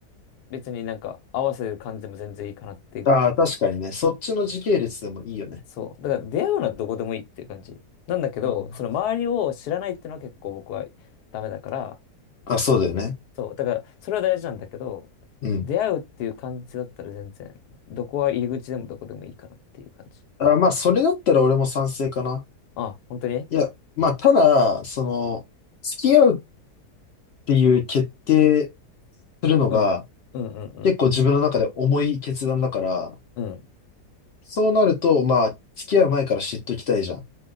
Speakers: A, on the left; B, on the left.
A: 別になんか合わせる感じでも全然いいかなっていうぐらい。
B: ああ、確かにね。そっちの時系列でもいいよね。
A: そう。だから出会うのはどこでもいいっていう感じ。なんだけど、
B: あ、
A: その周りを知らないっていうのは結構僕はダメだから、
B: あそうだよね。
A: そう。だからそれは大事なんだけど、
B: うん。
A: 出会うっていう感じだったら全然、どこは入り口でもどこでもいいかなっていう感じ。
B: あ、まあ、それだったら俺も賛成かな。
A: あ、本当に
B: いや、まあ、ただ、その、付き合うっていう決定するのが、
A: うん。うんうんうん。
B: 結構自分の中で重い決断だから、
A: うん。
B: そうなると、まあ、付き合う前から知っときたいじゃん。っ